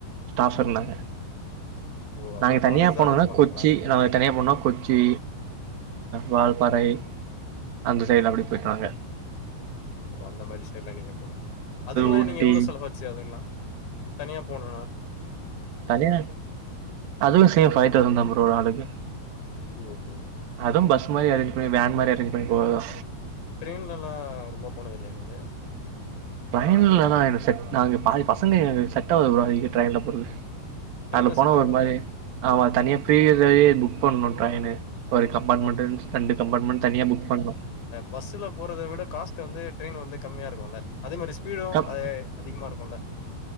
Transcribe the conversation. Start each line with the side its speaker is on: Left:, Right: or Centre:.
Right: ஸ்டாப் இருந்தாங்க
Left: ஓ அப்போ
Right: நாங்க தனியா
Left: காலேஜ் தா
Right: போனதுன்னா
Left: அரேஞ்ச் பண்ணாங்களா
Right: கொச்சி நாங்க தனியாக போனதுனா கொச்சி வால்பாறை அந்த சைடுல அப்டி போயிட்டுவாங்க
Left: ஓ அந்த மாரி சைடுல நீங்க போனிங் அதுக்குல்லா
Right: ஊட்டி
Left: நீங்க எவ்ளோ செலவு ஆச்சு அதுக்குல்லா தனியா போனுண்ணா
Right: தனிய அதுவு சேம் ஃபைவ் தௌசண்ட் தா ப்ரோ ஒரு ஆளுக்கு
Left: ஓஹோ
Right: அது பஸ் மாரி அரேஞ்ச் பண்ணி வேன் மாரி அரேஞ்ச் பண்ணி போறதுதா
Left: ட்ரெயின்லல்லா ரொம்ப போனது இல்லையா நீங்க
Right: ட்ரெயின்லல்லா எனக் செட் நாங்க பாதி பசங்க எங்ளுக்கு செட் ஆகாது ப்ரோ அது ட்ரெயின்ல போறது
Left: ட்ரெயின்ல
Right: அதுல போன
Left: செட் ஆவாதா
Right: ஒரு மாரி ஆமா தனியா பிரீவியசாவ புக் பண்ணணு டிரெயினு ஒரு கம்பார்ட்மெண்ட்
Left: ஆமா
Right: ரெண்டு கம்பார்ட்மெண்ட் தனியா புக் பண்ணு
Left: பஸ்சில போறத விட காஸ்ட்ட வந்து ட்ரெயின் வந்து கம்மியாக இருக்குல்ல அதே மாரி ஸ்பீடு
Right: கப்
Left: அதே அதிகமா இருக்குல்ல